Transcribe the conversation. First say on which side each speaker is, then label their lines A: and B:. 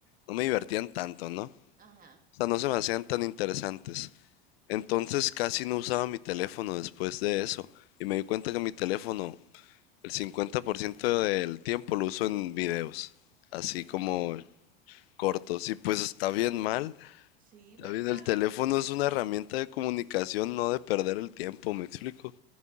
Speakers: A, on the left; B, on the right.
A: no me divertían tanto, ¿no? O
B: Ajá.
A: sea, no se me hacían tan interesantes. Entonces casi no usaba mi teléfono después de eso. Y me di cuenta que mi teléfono, el 50% del tiempo lo uso en videos. Así
B: Mira,
A: como cortos. Y pues está bien mal.
B: Sí, ¿verdad?
A: David, el teléfono es una herramienta de comunicación, no de perder el tiempo, ¿me explico?